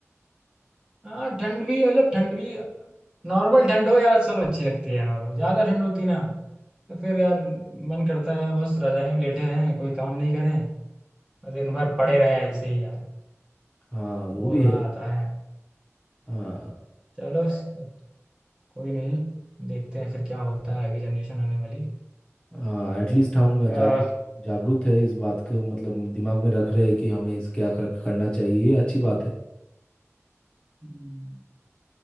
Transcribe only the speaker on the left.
हाँ
वो
भी
है
हाँ
हाँ एटलीस्ट हम
जागरूक जागरूक है इस बात को मतलब दिमाग में रख रहे हैं कि हमें इस क्या कर, करना चाहिए ये अच्छी बात है